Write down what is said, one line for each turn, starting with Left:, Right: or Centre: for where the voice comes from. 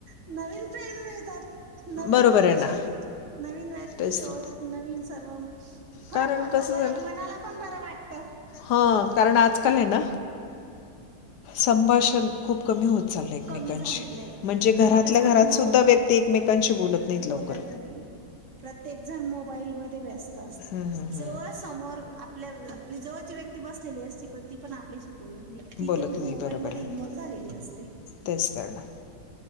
Right: नवीन फ्रेंड मिळतात. नवीन
Left: बरोबर
Right: व्यक्तीशी
Left: आहे ना
Right: नवीन व्यक्तीशी
Left: तेच
Right: ओळख
Left: तर
Right: नवीन सर्व फरक
Left: कारण
Right: पडतो
Left: कस झालं
Right: बरा मनाला पण बरं वाटतं
Left: हा कारण आजकाल ये ना संभाषण खूप कमी होत चालय एकमेकांशी
Right: कमी झालेलं आहे
Left: म्हणजे घरातल्या
Right: आणि कसा
Left: घरात
Right: मो
Left: सुद्धा व्यक्ती एकमेकांशी बोलत नाहीत
Right: बोलत
Left: लवकर
Right: नाही प्रत्येक जण मोबाईल मध्ये व्यस्त असतो
Left: हम्म, हम्म, हम्म.
Right: जवळ समोर आप आपल्या <unintelligible> आपली जवळची व्यक्ती बसलेली असची प ती पण आपल्याशी बोलत नाही ती
Left: बोलत
Right: तेवढी
Left: नाही
Right: मोबाईल
Left: बरोबर
Right: मध्ये
Left: आहे
Right: इन्वॉल
Left: ना.
Right: झालेली असते.
Left: तेच करणार